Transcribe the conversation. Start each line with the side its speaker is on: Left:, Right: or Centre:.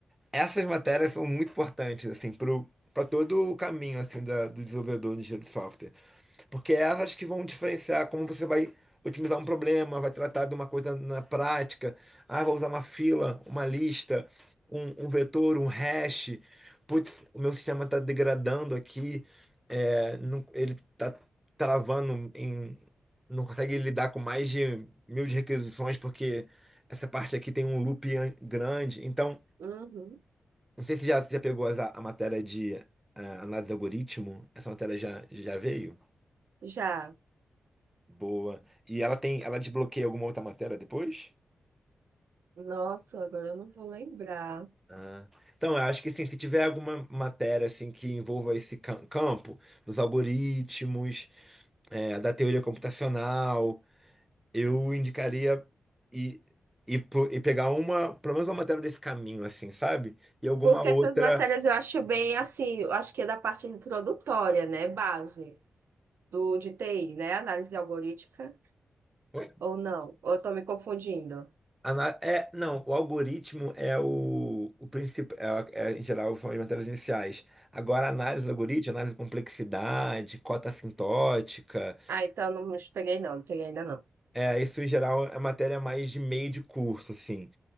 Centre: essas matérias são muito importantes assim pro para todo o caminho assim da, do desenvolvedor de engenheiro de software. Porque é elas que vão diferenciar como você vai otimizar um problema, vai tratar de uma coisa na prática. Ah, vou usar uma fila, uma lista, um, um vetor, um hash. Putz, o meu sistema está degradando aqui, é, não- ele está travando em. Não consegue lidar com mais de mil de requisições, porque essa parte aqui tem um loop an- grande. Então,
Right: Uhum.
Centre: não sei se já, já pegou as- a, matéria de ah, análise de algoritmo, essa matéria já, já veio?
Right: Já.
Centre: Boa. E ela tem, ela desbloqueia alguma outra matéria depois?
Right: Nossa, agora eu não vou lembrar.
Centre: Ah. Então, eu acho que sim, se tiver alguma matéria assim que envolva esse cam- campo dos algoritmos, é, da teoria computacional, eu indicaria e e, po- e pegar uma, pelo menos uma matéria desse caminho assim, sabe? E alguma
Right: Porque
Centre: outra.
Right: essas matérias eu acho bem assim, eu acho que é da parte introdutória, né? Base do de TI, né? Análise algorítmica.
Centre: Oi?
Right: Ou não? Ou eu tô me confundindo?
Centre: Ana- É, não, o algoritmo é o, o principal, é, é, em geral, são as matérias iniciais. Agora, a análise do algoritmo, análise de complexidade, cota assintótica,
Right: Ah, então não me peguei não, não peguei ainda não.
Centre: é, isso em geral é matéria mais de meio de curso, assim,